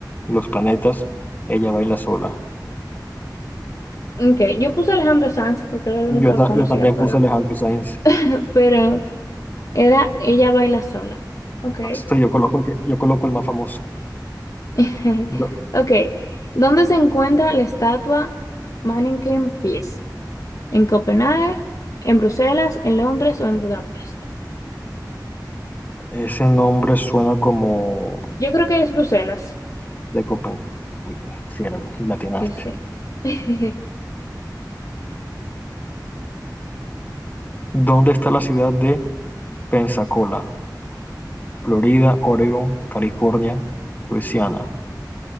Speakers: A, on the left (about 25°); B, on the left (about 50°).
A: los planetas, ella baila sola.
B: Okay. Yo puse Alejandro Sanz porque era el único
A: Yo, ta-
B: que conocía,
A: yo también
B: pero,
A: puse Alejandro Sanz.
B: <laughs> pero era Ella baila sola. Okay.
A: No sé, yo coloco el que- yo coloco el más famoso.
B: <laughs>
A: Yo-
B: Okay. ¿Dónde se encuentra la estatua Mannequin Peace? ¿En Copenhague, en Bruselas, en Londres o en Budapest?
A: ese nombre suena como
B: Yo creo que es Bruselas.
A: de Copenhague. Uy, sí, era, latinaste.
B: Sí, sí. <laughs>
A: ¿Dónde está la ciudad de Pensacola? Florida, Oregon, California, Luisiana.